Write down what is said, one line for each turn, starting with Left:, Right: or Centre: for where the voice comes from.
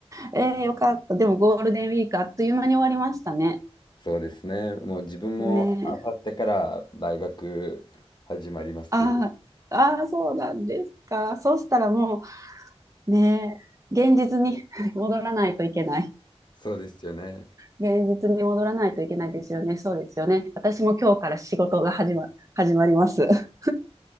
Right: えー、よかった。でもゴールデンウィークあっという間に終わりましたね。
Left: <laughs> そうですね。もう自分もあさってから大学始まります。
Right: ねえ。ああ、ああ、そうなんですか。そしたらもう、ねえ、現実に <laughs> 戻らないといけない。
Left: そうですよね。
Right: 現実に戻らないといけないですよね。そうですよね。私も今日から仕事が始ま、始まります。<laughs>